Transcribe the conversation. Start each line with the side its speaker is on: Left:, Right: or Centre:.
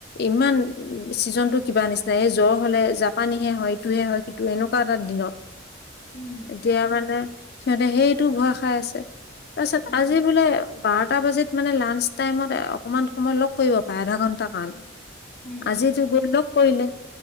Left: ইমান ছিজনটো কিবা নিচিনা, এই জ্বৰ হ'লে জাপানীহে হয় ইটোহে হয়। এইটো, এনেকুৱা এটা দিনত,
Centre: উম,
Left: এতিয়া মানে সিহঁতে সেইটো ভয় খাই আছে, তাৰ পিছত,
Centre: উম,
Left: আজি বোলে বাৰটা বাজিত মানে লাঞ্চ টাইমত অকমান সময় লগ কৰিব পাৰে, আধা ঘন্টা কাৰণে।
Centre: উম,
Left: আজিতো
Centre: উম,
Left: গৈ লগ কৰিলে,